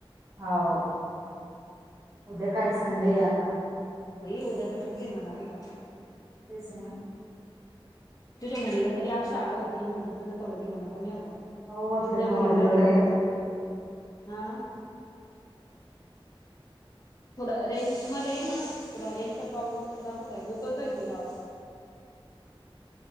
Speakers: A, on the right; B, on the left.
A: होव. उद्या काय संडे आता.
B: भाई उद्या तर खूप दिघणार आहेल आत.
A: तेच आहे ना.
B: तुझ्या मुलीला तरी आज शाळा होती म्हणून तुझा थोडा धिंगाणा कमी होता.
A: हो आपलं
B: ते उद्या
A: नऊवारी
B: घरी राहिलीतर
A: वगैरे
B: मग, हा? थोडा रेंज मध्ये या ना थोडा रेंज चा प्रॉब्लेम दाखवतय गुतवतोय तुझा आवाज.
A: <inaudible>